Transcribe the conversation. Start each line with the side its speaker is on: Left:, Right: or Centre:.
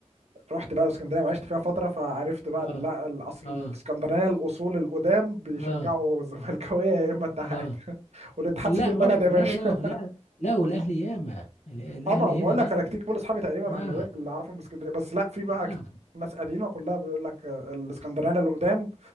Right: رحت بقى اسكندريه وعشت فيها فتره فعرفت بقى
Left: اه
Right: ان لا الاصل
Left: اه
Right: الاسكندرانيه الاصول القدام بيشجعوا
Left: اه
Right: <laughs> زملكاويه يا اما اتحاد
Left: اه
Right: <laughs> والاتحاد
Left: لا
Right: سيد البلد
Left: برضه
Right: يا
Left: لا
Right: باشا
Left: لا لا لا لا والاهلي ياما الاهلي
Right: اه ما بقول
Left: هنا
Right: لك
Left: ياما
Right: انا كتير كل اصحابي تقريبا
Left: اه
Right: اهلاويه اللي اعرفهم من اسكندريه بس لا في بقى
Left: اه
Right: كت- ناس قديمه كلها بيقول لك آه، الاسكندرانيه اللي قدام